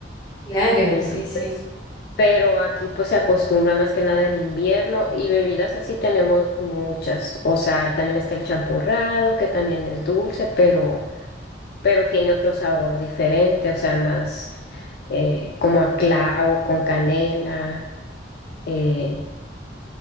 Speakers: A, on the left; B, on the left.
A: claro,
B: Entonces,
A: sí, sí.
B: pero aquí pues se acostumbra más que nada en invierno y bebidas así tenemos muchas. O sea, también está el champurrado, que también es dulce, pero, pero tiene otro sabor diferente, o sea, más eh, como a clavo, con canela. eh,